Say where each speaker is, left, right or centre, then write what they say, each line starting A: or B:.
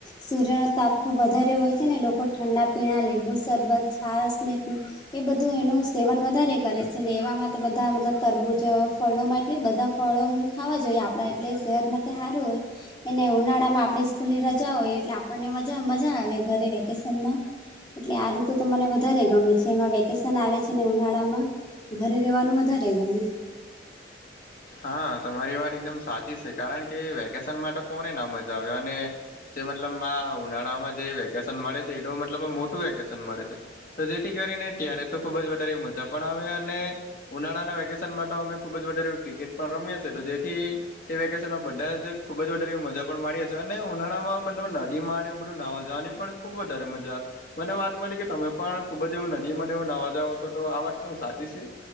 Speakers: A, on the left; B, on the left.
A: સૂર્ય ન તાપ ખુબ વધારે હોય છે ને લોકો ઠંડા પીણા લીંબુ શરબત છાસ ને એ બધું એનું સેવન વધારે કરે છે ને એવામાં તો બધા મતલબ તરબૂજ ફળો માટે એટ બધા ફળો ખાવા જોઈએ આપણા એટલે સેહત માટે સારું હોય. અનેને ઉનાળા માં આપણી સ્કૂલ ની રજા હોય એટલે આપણને મજા મજા આવે ઘરે વેકેશનમાં. એટલે આ ઋતુ તો મને વધારે ગમે છે એમાં વેકેશન આવે છે ને ઉનાળામાં ઘરે રેવાનું વધારે ગમે.
B: હા તમારી વાત એકદમ સાચી છે કારણ કે વેકેશન માટે કોને ના મજા આવ્યો અને મતલબ ઉનાળામાં જે વેકેશન મળે છે એ તો મતલબ મોટું વેકેશન મળે છે. તો જેથી કરીને ત્યારે તો ખુબ જ વધારે મજા પણ આવે અને ઉનાળાના વેકેશનમાં તો અમે ખુબ જ વધારે ક્રિકેટ પણ રમીએ છે તો જેથી તે વેકેશનમાં બધા જ ખુબ વધારે મજા પણ માડી છે અને ઉનાળામાં મતલબ નદીમાં અને એવ બધું નાવા જવાની પણ ખૂબ વધારે મજા મને વાત મળી કે તમે પણ ખુબ જ એવું નદીમાને એવું નાવા જાવ છો તો આ વાત શું સાચી છે?